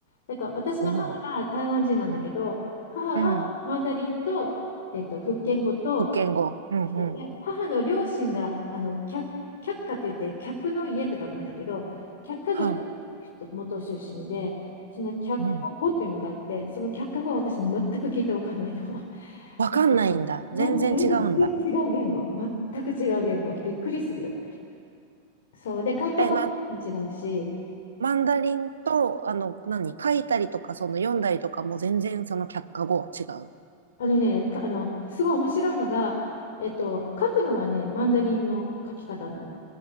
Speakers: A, on the left; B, on the right.
A: だから私の母が台湾人なんだけど、
B: おお、うん、
A: 母はマンダリンと、
B: うん。
A: えっと、福建語と
B: 福建語。うんうん。
A: で、母の両親が、あの、客、客家って言って、客の家って書くんだけど、客家族の人元出身で、
B: はん。
A: その客家語っていうのがあって、
B: うん。
A: その客家語は私全く聞いて分かんないの。
B: わかんないんだ。
A: <laughs> もうもう全然違う言語、
B: 全然違うんだ。
A: 全く違う言語、びっくりするよ。そうで、広東語も違うし、
B: え、まあ、あのマンダリンと、あの、何、書いたりとか、その読んだりとかも全然その却下語は違う。
A: あのね、かあのすごい面白いのが、えっと、書くのはね、マンダリンの書き方なの。